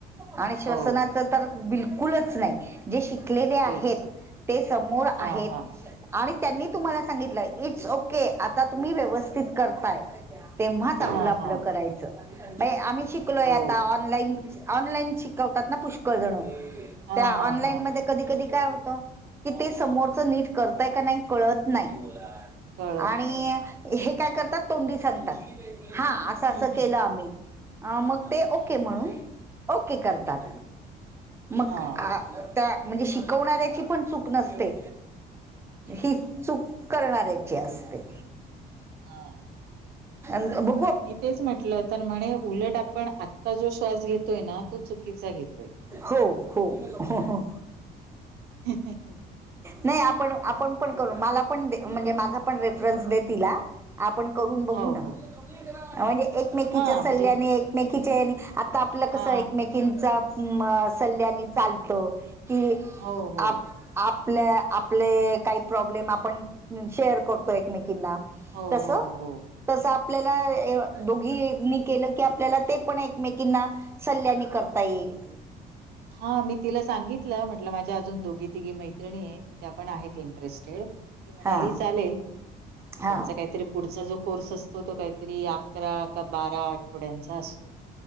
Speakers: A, on the right; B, on the right.
A: आणि श्वसनाच
B: हो
A: तर बिलकुलच नाही जे शिकलेले आहेत
B: तेच
A: ते समोर
B: हा
A: आहेत.
B: हा
A: आणि त्यांनी तुम्हाला सांगितलं इट्स ओके आता तुम्ही व्यवस्थित करताय. तेव्हाच आपलं
B: हा
A: आपलं
B: हा
A: करायचं आम्ही शिकलोय
B: हो
A: आता ऑनलाईन ऑनलाईन शिकवतात ना पुष्कळ जणू
B: हा
A: त्या
B: हा
A: ऑनलाईन
B: हा
A: मध्ये कधी कधी काय होतं. कि ते समोरच नीट करतय का नाही कळतं नाही
B: कळत
A: आणि
B: नाही
A: हे काय करतात तोंडी सांगतात हा असं
B: हम्म
A: असं
B: हम्म
A: केलं आम्ही मग ते
B: हम्म
A: ओके म्हणून
B: हम्म
A: ओके करतात मग
B: हा
A: त्या म्हणजे शिकवणाऱ्याची पण चूक नसते
B: हम्म
A: ही
B: हम्म
A: चूक करणाऱ्याची असते
B: हा
A: आण भोगतो
B: मी तेच म्हटलं तर म्हणे, उलट आपण आत्ता जो श्वास घेतोय ना तो चुकीचा घेतोय.
A: हो हो हो हो
B: <inaudible>
A: नाही आपण आपण पण करू, मला पण म्हणजे माझा पण रेफरन्स दे तिला आपण करूंन बघू
B: हो
A: ना,
B: हो
A: म्हणजे एकमेकीच्या
B: हा
A: सल्ल्याने
B: म्हणजे
A: एकमेकीच्या ह्याने आता आपलं
B: हा
A: कसं एकमेकीचा सल्ल्यानी चालतो. की
B: हो हो
A: आप आपल्या आपले काही प्रॉब्लेम आपण, शेअर करतो एकमेकींना.
B: हो
A: तसं
B: हो हो
A: तसं आपल्याला दोघीनी केलं की आपल्याला ते पण एकमेकींना सल्ल्यानी करता येईल.
B: हा मी तिला सांगितलं म्हटलं माझ्या अजून दोघी तिघी मैत्रिणी येत, त्या पण आहेत इं ट्रेस्टेड, ती म्हणाली
A: हा
B: चालेल,
A: हा
B: त्यांचं काहीतरी पुढचा जो कोर्स असतो तो काहीतरी, अकरा का बारा आठवड्यांचा असतो.